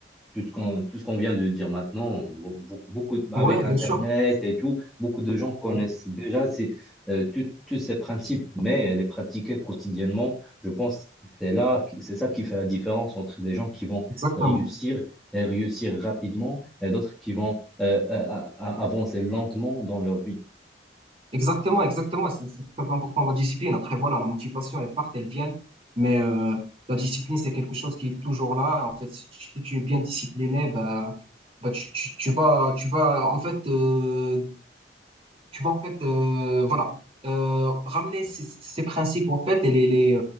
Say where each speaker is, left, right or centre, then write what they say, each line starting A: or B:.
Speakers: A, in the centre; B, on the right (about 30°).
A: tout ce qu'on tout ce qu'on vient de dire maintenant, Bon, beaucoup, beaucoup- avec
B: Ouais, bien
A: Internet
B: sûr.
A: et tout, beaucoup de gens connaissent
B: Ouais,
A: déjà ces, euh, tout- tous ces principes, mais les pratiquer quotidiennement, je pense que c'est là, c'est ça qui fait la différence entre des gens qui vont
B: exactement.
A: réussir et réussir rapidement et d'autres qui vont euh, euh, a- a- avancer lentement dans leur vie.
B: Exactement, exactement. C'est c'est très important la discipline. Après, voilà, la motivation, elle part, elle vient. Mais euh, la discipline, c'est quelque chose qui est toujours là. En fait, si tu, si tu es bien discipliné, bah, bah tu, tu, tu vas, tu vas, en fait, euh, tu vois, en fait, euh, voilà, euh, ramener ces, ces principes, en fait, et les, les,